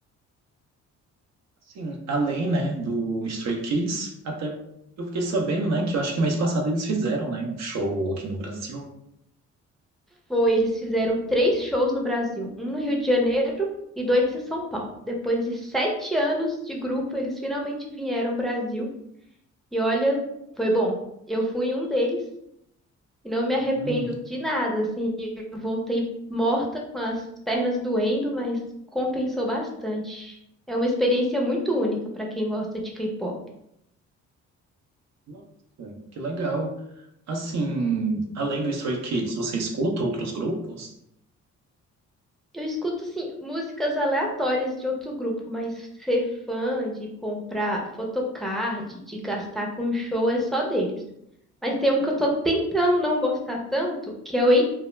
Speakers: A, on the right; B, in the centre.
A: Assim, além, né, do Stray Kids, até eu fiquei sabendo, né, que eu acho que mês passado eles fizeram, né, um show aqui no Brasil.
B: Foi, eles fizeram três shows no Brasil, um no Rio de Janeiro e dois em São Paulo. Depois de sete anos de grupo, eles finalmente vieram ao Brasil. E olha, foi bom. Eu fui um deles e não me arrependo
A: Hum,
B: de nada. Assim, eu voltei morta com as pernas doendo, mas compensou bastante. É uma experiência muito única para quem gosta de K-pop.
A: nossa, que legal. Assim, além do Stray Kids, você escuta outros grupos?
B: Eu escuto, assim, músicas aleatórias de outro grupo, mas ser fã de comprar photocard, de gastar com show é só deles. Mas tem um que eu tô tentando não gostar tanto, que é o 8